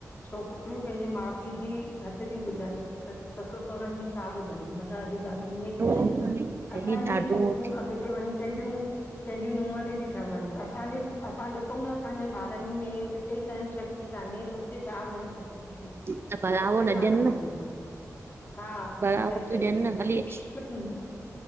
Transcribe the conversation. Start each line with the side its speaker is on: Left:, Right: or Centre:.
Left: छोकिरियूं पंहिंजे माउ पीउ जी घटि तियुं ॿुधनि त ससु सहुहरनि जी छा ॿुधंदियुं मत् अॼु त <unintelligible> ईञें थी
Right: उहो
Left: विया हिनि
Right: त आहे न,
Left: असांजूं
Right: हे ॾाढो
Left: ई छोकिरियूं
Right: थियो
Left: अॻिते वंञीं कंहिजियूं कंहिंज्यू नूंहंरियूं तियूं ठहवनि त असांजे असां ॾिसंउं न असांजे ॿारन में इते ई सहन शक्ति कान्हे त उते छा मिलंदन हुननिखे।
Right: आहे त बराबो
Left: उते
Right: न
Left: छा
Right: ॾियनि
Left: कंदी
Right: न
Left: हा
Right: बराबो
Left: हिते
Right: थियूं ॾियनि
Left: ई -
Right: न हली अच।
Left: - हम्म